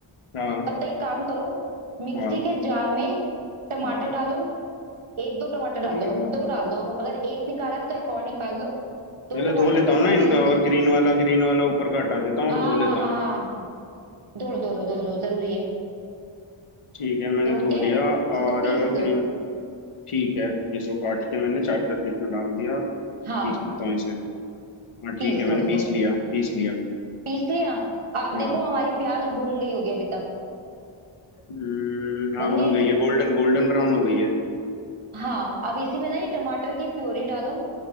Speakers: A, on the left; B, on the right.
A: हाँ
B: तब तक एक काम करो मिक्सी
A: हाँ
B: के जार में टमाटर
A: हाँ
B: डालो एक दो टमाटर
A: ठीक
B: डाल दो
A: है
B: दो डाल दो अगर एक निकाला तो एक और निकाल लो
A: पहले
B: दो टमाटर
A: धो लेता
B: को
A: हूँ ना
B: ना पीस
A: इनका
B: लो
A: और ग्रीन वाला ग्रीन वाला ऊपर का हटा देता हूँ
B: हाँ
A: और धो लेता
B: हाँ हाँ
A: हूँ
B: हाँ, धो लो धो लो धो लो जरूरी है
A: ठीक है मैंने
B: धो
A: धो
B: के
A: लिया
B: इसको
A: और
B: पीस
A: ग्रीन
B: लो
A: ठीक है इसको काट के मैंने चार चार पीस में डाल दिया
B: हाँ
A: पीस लेता हूँ इसे हाँ ठीक
B: पीस
A: है मैंने
B: लो उसको
A: पीस लिया पीस लिया
B: पीस लिया अब
A: हाँ
B: देखो हमारी प्याज भुन गई होगी अभी तक
A: हम्म, हाँ
B: भुन
A: भुन
B: गई
A: गई है गोल्डन गोल्डन ब्राउन हो गई है
B: हाँ अब इसी में ना ये टमाटर की प्योरी डालो